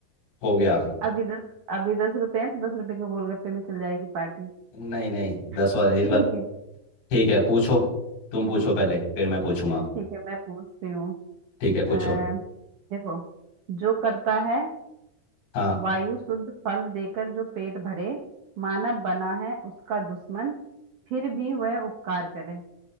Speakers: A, on the left; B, on the right.
A: हो गया
B: अभी दस अभी दस रुपए हैं तो दस रुपए के गोलगप्पे में चल जाएगी पार्टी
A: नहीं नहीं दस
B: <laughs>
A: वाले
B: ठीक
A: इस बार
B: है
A: ठीक है पूछो तुम पूछो पहले फिर मैं पूछूंगा
B: ठीक है मैं पूछती हूँ
A: ठीक है पूछो
B: अ, देखो जो करता है
A: हाँ
B: वायु शुद्ध फल देकर जो पेट भरे मानव बना है उसका दुश्मन फिर भी वह उपकार करे